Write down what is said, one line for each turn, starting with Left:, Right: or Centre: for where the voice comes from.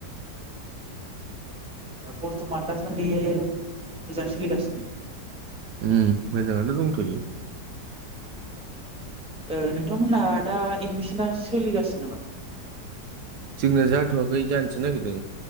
Centre: बर्थ'मान दासान्दि मोजां सोलिगासिनो।
Right: उ मोजाङानो' दंथ'यो।
Centre: ओ नोंथांमोनहा दा एडमिसना सोलिगासिनो नामा?
Right: जोंना जाथ'वाखै जानोसो नागिरदों।